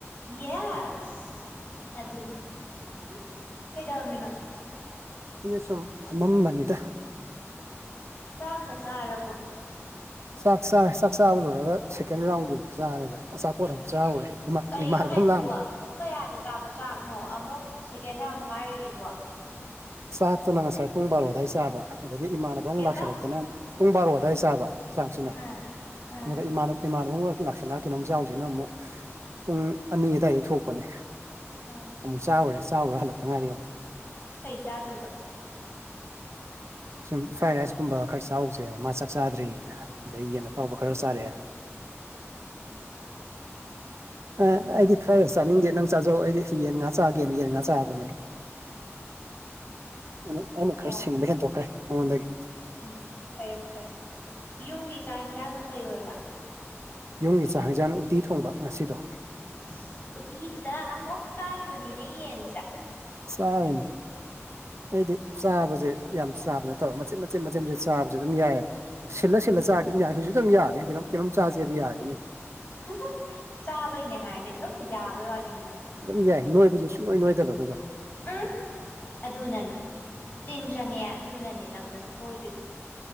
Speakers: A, on the left; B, on the right.
A: ꯌꯦꯁ ꯑꯗꯨ ꯑꯗꯨꯅꯤ ꯍꯨꯝ ꯀꯩꯗꯧꯔꯝꯃꯤꯅꯣ
B: ꯑꯩꯩꯅ ꯁꯨꯝ ꯐꯝꯃꯝꯕꯅꯤꯗ
A: ꯆꯥꯛꯀ ꯆꯥꯔꯕꯣ
B: ꯆꯥꯛ ꯆꯥꯔꯦ ꯆꯥꯛ ꯆꯥꯕ ꯂꯣꯏꯔꯒ ꯁꯦꯀꯦꯟ ꯔꯥꯎꯟꯒꯤꯐꯥꯎ ꯆꯥꯔꯦꯗ ꯑꯆꯥꯄꯣꯠ ꯑꯃ ꯆꯥꯎꯔꯦ
A: ꯎꯝ
B: ꯏꯃꯥ
A: ꯀꯔꯤꯅꯣ
B: ꯏꯃꯥꯟꯅꯕ
A: ꯍꯥꯏꯁꯤꯕꯣ
B: ꯑꯃ ꯂꯥꯛꯑꯝꯗ
A: ꯄꯨꯡ ꯀꯌꯥꯗ ꯆꯥꯕ ꯆꯥꯛꯅꯣ ꯑꯃꯨꯛ ꯁꯦꯀꯦꯟ ꯔꯥꯎꯟ ꯍꯥꯏꯔꯤꯁꯤꯕꯣ
B: ꯆꯥꯛꯇꯨꯅ ꯉꯁꯥꯏ ꯄꯨꯡ ꯕꯥꯔꯣ ꯑꯗꯥꯏ ꯆꯥꯕ ꯑꯗꯒꯤ ꯏꯃꯥꯟꯅꯕ ꯑꯃꯨꯛ
A: ꯀꯩꯕꯥ
B: ꯂꯥꯛꯁꯤꯜꯂꯛꯇꯨꯅꯛ ꯄꯨꯡ ꯕꯥꯔꯣ ꯑꯗꯨꯋꯥꯏ ꯆꯥꯕ ꯆꯥꯛꯁꯤꯅ
A: ꯑꯥ ꯑꯥ
B: ꯑꯗꯨꯒꯥ ꯏꯃꯥꯟꯅ ꯏꯃꯥꯟꯅꯕ ꯑꯃ ꯂꯥꯛꯁꯜꯂꯛ ꯀꯩꯅꯣꯝ ꯆꯥꯎꯁꯤꯅ ꯑꯃꯨꯛ ꯄꯨꯡ ꯑꯅꯤ ꯑꯗꯨꯋꯥꯏꯗꯩ ꯊꯣꯛꯄꯅꯦ
A: ꯑꯥ
B: ꯑꯃꯨꯛ ꯆꯥꯎꯔꯦ ꯆꯥꯎꯔ ꯍꯜꯂꯛꯇ ꯉꯥꯏꯔꯤ ꯑꯃꯨꯛ
A: ꯀꯩ ꯆꯥꯗꯣꯏꯕ
B: ꯁꯨꯝ ꯐ꯭ꯔꯥꯏ ꯔꯥꯏꯁ ꯀꯨꯝꯕ ꯈꯔ ꯆꯥꯎꯁꯦꯅ ꯃꯥ ꯆꯥꯛ ꯆꯥꯗ꯭ꯔꯤꯅ ꯑꯩ ꯌꯦꯟ ꯑꯇꯥꯎꯕ
A: ꯑꯣꯀꯦ
B: ꯈꯔ ꯆꯥꯔꯑꯦ ꯑ ꯑꯩꯗꯤ ꯈꯔ ꯆꯥꯅꯤꯡꯗꯦ ꯅꯪ ꯆꯥꯖꯧ ꯑꯩꯗꯤ ꯌꯦꯟ ꯉꯥ ꯆꯥꯒꯦꯅ ꯌꯦꯟ ꯉꯥ ꯆꯥꯕꯅꯦ ꯑꯩꯅ ꯑꯩꯅ ꯈꯔ
A: ꯑꯣ
B: ꯁꯤꯡꯕ ꯍꯦꯟꯗꯣꯛꯈ꯭ꯔꯦ ꯃꯉꯣꯟꯗꯒꯤ
A: ꯎꯝ ꯐꯔꯦ ꯐꯔꯦ ꯌꯨꯝꯒꯤ ꯆ ꯆꯥꯛ ꯏꯟꯁꯥꯡꯅ ꯀꯩ ꯑꯣꯏꯕ
B: ꯌꯨꯝꯒꯤ ꯆꯥꯛ ꯍꯦꯟꯖꯥꯡꯅ ꯎꯇꯤ ꯊꯣꯡꯕ ꯉꯁꯤꯗꯣ
A: ꯑꯁ ꯎꯇꯤꯗꯨꯗ ꯑꯃꯨꯛ ꯆꯥꯔꯤꯕꯅꯤꯅꯦ ꯌꯦꯟꯁꯦ
B: ꯆꯥꯔꯤꯅꯤ ꯑꯩꯗꯤ ꯆꯥꯕꯁꯦ ꯌꯥꯝ ꯆꯥꯕ ꯅꯠꯇꯕ ꯃꯆꯦꯠ ꯃꯆꯦꯠ ꯃꯆꯦꯠ ꯃꯆꯦꯠ ꯆꯥꯕꯁꯨ ꯑꯗꯨꯝ ꯌꯥꯏꯑꯕ ꯁꯤꯜꯂ
A: ꯎꯝ
B: ꯁꯤꯜꯂ ꯆꯥꯗꯤ ꯗꯨꯝ ꯌꯥꯏ ꯍꯧꯖꯤꯛꯇ ꯑꯗꯨꯝ ꯌꯥꯒꯅꯤ ꯀꯩꯅꯣꯝ ꯀꯩꯅꯣꯝ ꯆꯥꯥꯁꯦꯗꯤ ꯌꯥꯒꯅꯤ
A: ꯍꯥ ꯍꯥ ꯆꯕꯩꯅꯦ ꯍꯥꯏꯔꯗꯤ ꯑꯗꯨꯝ ꯌꯥꯕꯩ ꯋꯥꯔꯤꯅꯦꯕ
B: ꯑꯗꯨꯝ ꯌꯥꯏ ꯅꯣꯏꯕꯁꯨ ꯁꯨꯡꯅꯣꯏ ꯅꯣꯏꯗꯕ ꯑꯗꯨꯒ
A: ꯑꯍ ꯑꯗꯨꯅꯅꯦ ꯇꯤꯟ ꯆꯪꯉꯦ ꯑꯗꯨꯅꯅꯦ ꯅꯪꯗꯣ ꯅꯣꯏꯗ꯭ꯔꯤꯗꯨ